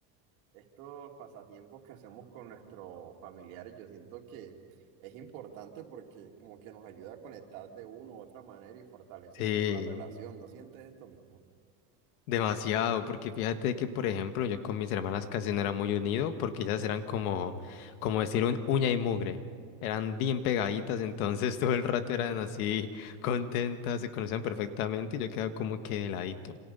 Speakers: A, on the right (about 80°); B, on the left (about 90°).
A: Estos pasatiempos que hacemos con nuestros familiares, yo siento que es importante porque como que nos ayuda a conectar de una u otra manera y fortalecer
B: Sí.
A: como la relación. ¿No sientes esto mismo?
B: Demasiado, porque fíjate que, por ejemplo, yo con mis hermanas casi no era muy unido, porque ellas eran como, como decir, un uña y mugre. Eran bien pegaditas, entonces <laughs> todo el rato eran así contentas, se conocían perfectamente y yo quedaba como que de ladito.